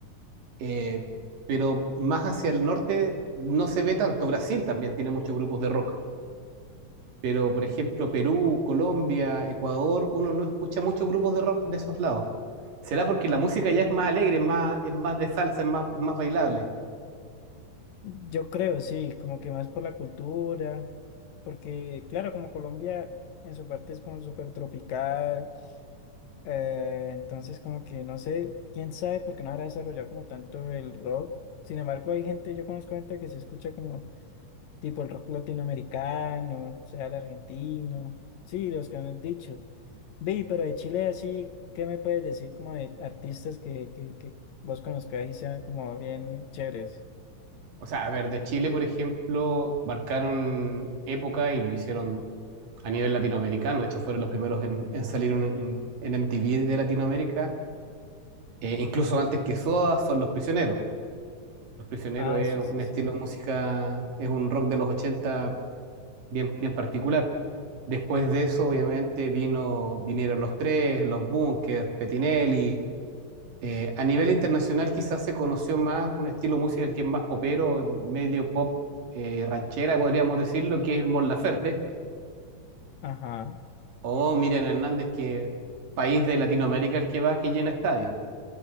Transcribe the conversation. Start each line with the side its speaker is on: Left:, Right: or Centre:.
Right: eh, pero más hacia el norte no se ve tanto. Brasil también tiene muchos grupos de rock, pero, por ejemplo, Perú, Colombia, Ecuador, uno no escucha muchos grupos de rock de esos lados. ¿Será porque la música ya es más alegre, es más, es más de salsa, es más, es más bailable?
Left: Yo creo, sí, como que más por la cultura, porque claro, como Colombia en su parte es como súper tropical Eh, entonces, como que no sé, quién sabe por qué no habrá desarrollado como tanto el rock. Sin embargo, hay gente, yo conozco gente que se escucha como tipo el rock latinoamericano, o sea el argentino, sí, los que me han dicho. Vi, pero de Chile así, ¿qué me puedes decir como de artistas que, que, que vos conozcas y sean como bien chéveres?
Right: O sea, a ver, de Chile, por ejemplo, marcaron época y lo hicieron a nivel latinoamericano. De hecho, fueron los primeros en, en salir en, en, en MTV de Latinoamérica. Eh, incluso antes que Soda, son Los Prisioneros. Los Prisioneros
Left: Ah,
Right: es
Left: sí,
Right: un
Left: sí,
Right: estilo
Left: sí.
Right: de música, es un rock de los 80 bien, bien particular. Después de eso, obviamente, vino, vinieron los tres, los Bunkers, Petinelli, eh, a nivel internacional quizás se conoció más un estilo musical que es más popero, medio pop eh, ranchera, podríamos decirlo, que es el Mon Laferte,
Left: Ajá,
Right: o Miriam Hernández, que país de Latinoamérica el que va, que llena estadios,